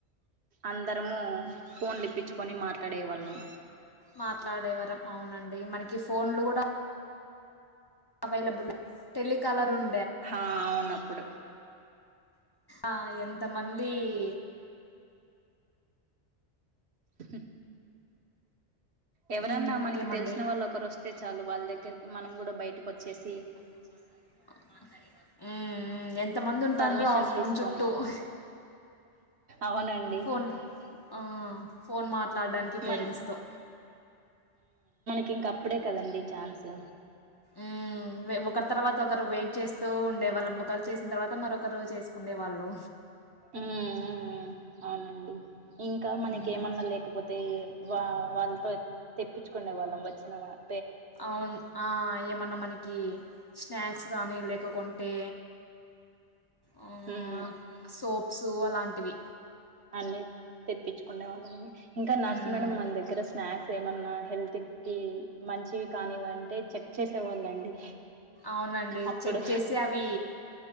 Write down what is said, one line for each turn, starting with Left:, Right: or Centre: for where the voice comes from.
Right: అందరము ఫోన్ లీప్పిచ్ కొని మాట్లాడే వాళ్ళం
Left: మాట్లాడే వరం ఔనండి మనకి ఫోన్ లు గుడా అవైలాబ్ నే టెలీ కాలరు ఉం
Right: హా ఔన్ నప్పుడు
Left: ఆ ఎంత మందీ ఈ
Right: ఉహ్ ఎవరన్నా
Left: ఇంకేమండి
Right: మనకి తెల్ సిన్ వాళ్ళు ఒకరోస్తే చాలు వాల్ దగ్గరికి మనం గుడా బయ్ టి కోచ్చేసి
Left: మాట్ లాడేవ హ్మ్ హ్మ్ ఎంత మంది ఉంతాడ్రో
Right: పర్మిషన్
Left: ఆ ఫోన్
Right: తీసుకొని
Left: చుట్టూ అహ్
Right: అవునండి
Left: ఫోన్ ఆ ఫోన్ మాత్ ట్లాడానికి పేరెంట్స్
Right: మన
Left: స్తో
Right: కింక్ అప్పుడే కదండి ఛాన్సు
Left: ఉమ్ ఉ వే ఒకర్ తర్ వత ఒకరు వెయిట్ చేస్తూ ఉండేవాళ్ళం ఓకల్ చేసిన్ తర్ వత మరొకరు చేస్ కుండే వాళ్ళు
Right: ఉమ్మ్ మ్మ్ ఔనండి ఇంకా మనకి
Left: మ్మ్.
Right: ఏమన్నా లేకపోతే ఈ వావ్ వాళ్ తో తెప్పిచ్ కుండే వాళ్ళం ఓచ్చిన వాళ్
Left: ఔన్ ఆ ఏమన్నా మనీకీ ష్ణక్స్ గానీ లేకకుంటే హ్మ్మ్
Right: ఉమ్
Left: సోప్ సూవాలాంటివి
Right: అన్ని తెప్పిచ్ కుండే వాళ్ళమని ఇంకా నర్స్
Left: హ్మ్.
Right: మేడం మన్ దెగ్గర స్నాక్ సే మన్నా హెల్ త్ కి మంచివి కానివంటే చెక్ చేసేవాళ్ళండి
Left: ఔనండి
Right: అప్పుడు
Left: చెక్ చేసే అవి